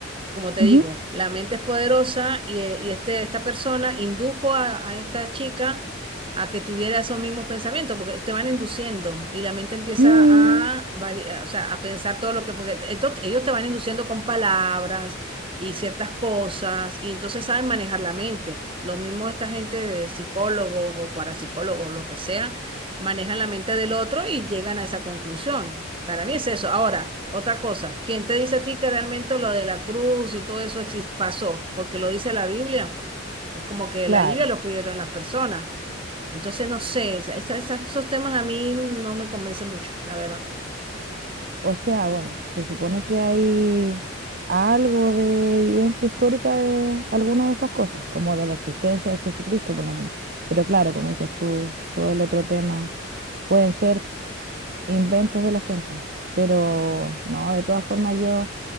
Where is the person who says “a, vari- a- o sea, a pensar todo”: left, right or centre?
Right